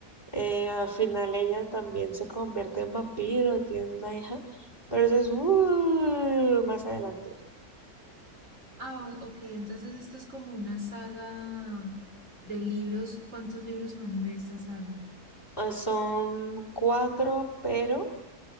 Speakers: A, on the left; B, on the right.
A: eh, al final ella también se convierte en vampiro, tiene una hija, pero eso es uh, más adelante.
B: Ah, o- ok, entonces esto es como una saga de libros. ¿Cuántos libros son de esta saga?
A: Ah, Son cuatro, pero